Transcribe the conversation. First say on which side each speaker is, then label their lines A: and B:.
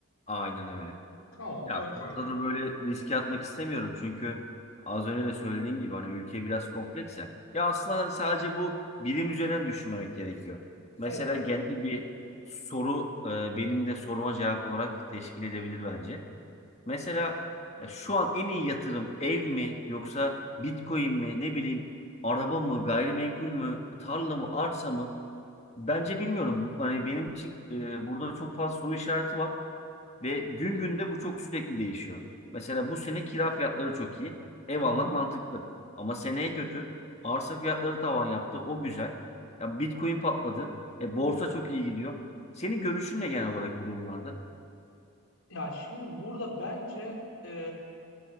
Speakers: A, on the left; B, on the left.
A: Aynen öyle.
B: Tamam
A: Ya
B: okey
A: fazla da böyle riske atmak istemiyorum çünkü az önce de söylediğim gibi hani ülke biraz kompleks ya. Ya aslında hani sadece bu bilim üzerine düşünmemek gerekiyor. Mesela
B: evet.
A: genel bir soru e, benim de soruma cevap olarak teşkil edebilir bence. Mesela ya şu an en iyi yatırım ev mi yoksa Bitcoin mi ne bileyim araba mı gayrimenkul mü tarla mı arsa mı? Bence bilmiyorum. Hani benim için e, burada çok fazla soru işareti var. Ve gün günde bu çok sürekli değişiyor. Mesela bu sene kira fiyatları çok iyi. Ev
B: Hı
A: almak
B: hı.
A: mantıklı. Ama seneye kötü. Arsa fiyatları tavan yaptı. O güzel. Ya Bitcoin patladı. E, borsa çok iyi gidiyor. Senin görüşün ne genel olarak bu durumlarda?
B: Ya şimdi burada bence e,